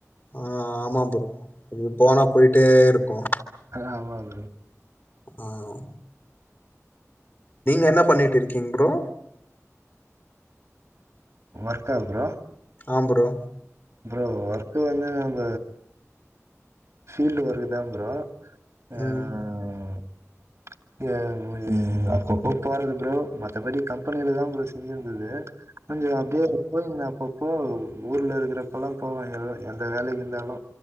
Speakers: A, on the left (about 45°); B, on the right (about 60°).
A: ஆஹ் ஆமா ப்ரோ இது போனா போயிட்டேருக்கும்
B: ஆமா ப்ரோ
A: ஆஹ் நீங்க என்ன பண்ணிட்டு இருக்கீங் ப்ரோ
B: ஒர்க்கா ப்ரோ
A: ஆஹ் ப்ரோ
B: ப்ரோ ஒர்க் வந்து நம்ம ஃபீல்ட் ஒர்க தா ப்ரோ ஆஹ்
A: ம்.
B: <unintelligible> அப்பப்போ போறது ப்ரோ மத்தபடி கம்பெனிலதான் ப்ரோ செஞ்சினுருந்தது கொஞ்சோ அப்டியே போயிருந்தே அப்பப்போ ஊர்ல இருக்கிறப்பல்லாம் போவே எல்லாம் எந்த வேலைக்கு இருந்தாலு